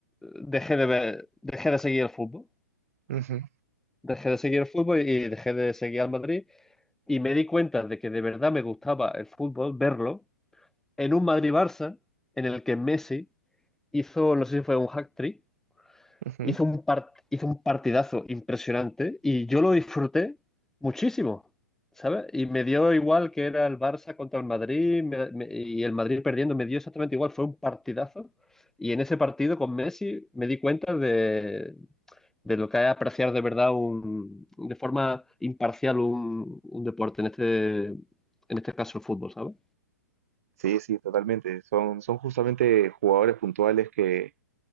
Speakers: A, in the centre; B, on the right.
A: dejé de ver, dejé de seguir el fútbol.
B: ujú,
A: Dejé de seguir el fútbol y dejé de seguir al Madrid. Y me di cuenta de que de verdad me gustaba el fútbol, verlo, en un Madrid-Barça, en el que Messi hizo, no sé si fue un hat-trick
B: ujú.
A: hizo un par- hizo un partidazo impresionante y yo lo disfruté muchísimo, ¿sabes? Y me dio igual que era el Barça contra el Madrid me- me- y el Madrid perdiendo, me dio exactamente igual, fue un partidazo. Y en ese partido con Messi me di cuenta de, de lo que es apreciar de verdad un, de forma imparcial un, un deporte, en este, en este caso el fútbol, ¿sabes?
B: Sí, sí, totalmente. Son, son justamente jugadores puntuales que eh,